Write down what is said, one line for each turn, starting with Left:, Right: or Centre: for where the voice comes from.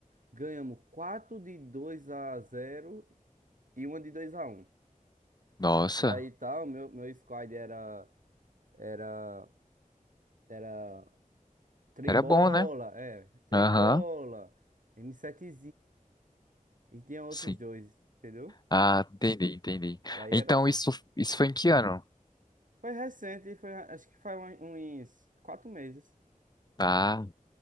Right: ganhamos quatro de 2 a zero e uma de dois a um
Left: Nossa,
Right: E aí tal, meu, meu squad era Era, era Trembola,
Left: era bom, né?
Right: é, Trembola,
Left: Aham.
Right: m 7 e tinha outros
Left: Sim.
Right: dois, entendeu?
Left: Ah, entendi, entendi.
Right: Aí
Left: Então
Right: era assim.
Left: isso, isso foi em que ano?
Right: Foi recente, foi, acho que foi um- uns quatro meses.
Left: ah